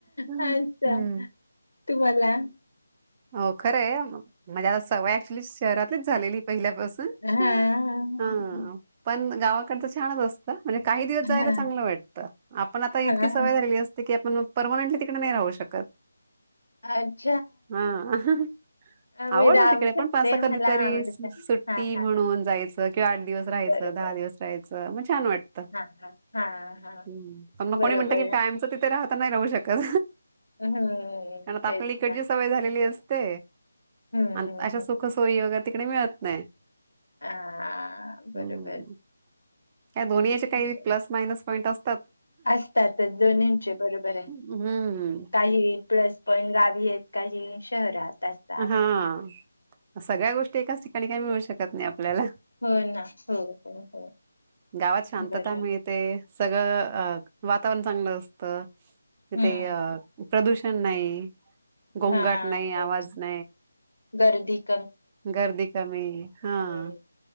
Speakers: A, on the right (about 25°); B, on the left (about 85°).
A: ह
B: अच्छा.
A: हम्म.
B: तुम्हाला
A: हो खरं आहे म्हणजे आता सवय ऍटलिस्ट शहरातच झालेली पहिल्यापासून
B: हां,
A: हम ह पण गावाकडच छानच असतं. म्हणजे काही दिवस
B: हां,
A: जायला चांगलं वाटतं. आपण आता
B: हां,
A: इतकी
B: हां.
A: सवय झालेली असते की. परमनंटली तिकडे नाही राहू शकत.
B: अछा
A: हा
B: अ,
A: आवडत
B: मी राहू
A: तिकडे
B: शकते.
A: पण असं
B: मला
A: कधीतरी
B: आवडतं.
A: सुट्टी
B: हां, हां,
A: म्हणून
B: हां.
A: जायचं किंवा आठ दिवस राहायचं
B: बरोबर.
A: दहा दिवस राहायचं म छान वाटत
B: हां, हां, हां, हां.
A: ह पण मग
B: बरोबर.
A: कोणी म्हणत कि कायमच तिथे राहत. नाही राहू शकत.
B: हम्म
A: कारण आता
B: तेच
A: आपल्याला इकडची
B: ना.
A: सवय झालेली असते.
B: हं,
A: अण
B: हं,
A: अशा सुख सोयी वगैरे तीक डे मिळत नाही.
B: हा
A: हं.
B: बरोबर,
A: काय दोन्ही याच्या काही
B: हं.
A: प्लस मायनस पॉईंट अस.
B: असतातच दोन्हींचे बरोबरे
A: हं.
B: काही प्लस पॉईंट रा येत काही शहरात- असं आहे.
A: हा. सगळ्या गोष्टी एकाच ठिकाणी काही मिळू शक- नाही आपल्याला
B: हो ना. हो, हो, हो.
A: गावात शांतता
B: बरं.
A: मिळते सगळं अ- वातावरण चांगलं असत. तिथ
B: हम्म
A: अ प्रदूष- नई. गोंगाट
B: हा
A: नाही
B: तेच
A: आवाज- <inaudible>
B: गर्दी -
A: गर्दी कमी हा-
B: हम्म